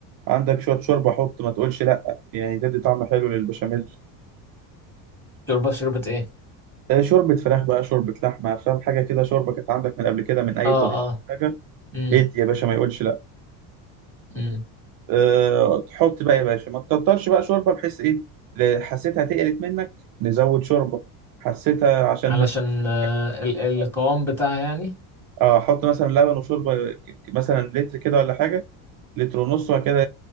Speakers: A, on the right; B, in the centre.
A: عندك شوية شوربة حط ما تقولش لأ يعني تدي طعم حلو للبشاميل
B: شوربة شوربة ايه
A: آه، شوربة فراخ بقى شوربة لحمة فاهم حاجة كده شوربة كانت عندك من قبل كده من أي
B: اه
A: طبيخ
B: اه
A: حاجة
B: امم
A: ادي يا باشا ما يقولش لأ
B: امم
A: أه تحط بقى يا باشا ما تكترش بقى شوربة بحيث إيه ل- حسيتها تقلت منك نزود شوربة حسيتها عشان
B: علشان
A: ما تخسرش
B: آه
A: منك
B: ال القوام
A: آه.
B: بتاعها يعني
A: اه احط مثلا لبن وشوربه ك- مثلا لتر كده ولا حاجه لتر ونص وبعد كده